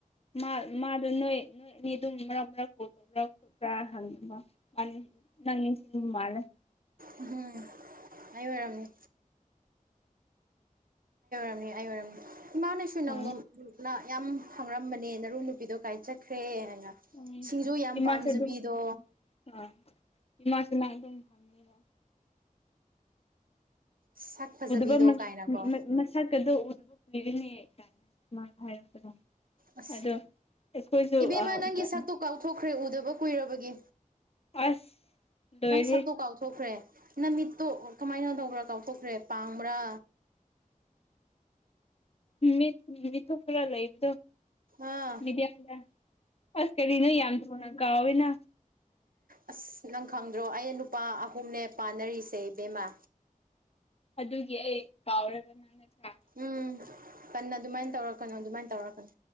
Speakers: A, on the left; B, on the right.
A: ꯃꯥ ꯃꯥꯗꯨ ꯅꯣꯏ ꯅꯣꯏ ꯑꯅꯤ ꯑꯗꯨꯝ ꯃꯔꯛ ꯃꯔꯛ ꯀꯣꯜ ꯇꯧꯕ꯭ꯔ ꯈꯣꯠꯄ꯭ꯔ ꯍꯪꯉꯦꯕ ꯃꯥꯅꯦ ꯅꯪꯅꯤ ꯁꯤꯅꯤ ꯃꯥꯜꯂꯦ
B: ꯎꯍꯨꯝ ꯑꯩ ꯑꯣꯏꯔꯝꯅꯤ ꯅꯤ ꯑꯩ ꯑꯣꯏꯔꯝꯅꯤ ꯏꯃꯥꯅꯁꯨ ꯅꯪꯗꯨꯝ
A: ꯑꯥ
B: ꯗꯨ ꯂꯥꯥ ꯌꯥꯝ ꯍꯪꯔꯝꯕꯅꯦ ꯅꯔꯨ ꯅꯨꯄꯤꯗꯣ ꯀꯥꯏ ꯆꯠꯈ꯭ꯔꯦ ꯍꯥꯏꯅ
A: ꯎꯝ
B: ꯁꯤꯡꯖꯨ ꯌꯥꯝ
A: ꯏꯃꯥꯁꯨ
B: ꯄꯥꯝꯖꯕꯤꯗꯣ
A: ꯑꯗꯨꯝ ꯑꯥ ꯏꯃꯥ ꯁꯤꯅ ꯑꯗꯨꯝ ꯍꯪꯉꯤꯗ
B: ꯁꯛ ꯐꯖꯕꯤꯗꯣ
A: ꯎꯗꯕ ꯃ
B: ꯀꯥꯏꯅꯀꯣ
A: ꯃ-ꯃ-ꯃꯁꯛꯀꯗꯣ ꯎꯗꯕ ꯀꯨꯏꯔꯦꯅꯦ ꯀꯥꯏꯅ ꯃꯥꯅ ꯍꯥꯏꯔꯛꯄꯗꯣ
B: ꯑꯁ
A: ꯑꯗꯣ ꯑꯩꯈꯣꯏꯖꯨ
B: ꯏꯕꯦꯝꯃ
A: ꯑꯥ
B: ꯅꯪꯒꯤ
A: ꯎꯔꯛꯑꯅꯤ
B: ꯁꯛꯇꯣ ꯀꯥꯎꯊꯣꯛꯈ꯭ꯔꯦ ꯎꯗꯕ ꯀꯨꯏꯔꯕꯒꯤ
A: ꯑꯁ ꯂꯣꯏꯔꯦ
B: ꯅꯪ ꯁꯛꯇꯣ ꯀꯥꯎꯊꯣꯛꯈ꯭ꯔꯦ ꯅꯪ ꯃꯤꯠꯇꯣ ꯀꯃꯥꯏꯅ ꯇꯧꯕ꯭ꯔꯥ ꯀꯥꯎꯊꯣꯛꯈ꯭ꯔꯦ ꯄꯥꯡꯕ꯭ꯔꯥ
A: ꯃꯤꯠ ꯃꯤꯊꯨꯞ ꯈꯔ ꯂꯩꯕꯗꯣ
B: ꯑꯥ
A: ꯃꯤꯗꯤꯌꯝꯗ ꯑꯁ ꯀꯔꯤꯅꯣ ꯌꯥꯝ ꯊꯨꯅ ꯀꯥꯎꯏꯅ
B: ꯑꯁ ꯅꯪ ꯈꯪꯗ꯭ꯔꯣ ꯑꯩ ꯅꯨꯄꯥ ꯑꯍꯨꯝꯅꯦ ꯄꯥꯟꯅꯔꯤꯁꯦ ꯏꯕꯦꯝꯃꯥ
A: ꯑꯗꯨꯒꯤ ꯑꯩ ꯀꯥꯎꯔꯦꯕ ꯅꯪ ꯅꯠꯇ꯭ꯔ
B: ꯎꯝ ꯍꯟꯅ ꯑꯗꯨꯃꯥꯏꯟ ꯇꯧꯔꯛꯀꯅꯨ ꯑꯗꯨꯃꯥꯏꯟ ꯇꯧꯔꯛꯀꯅꯨ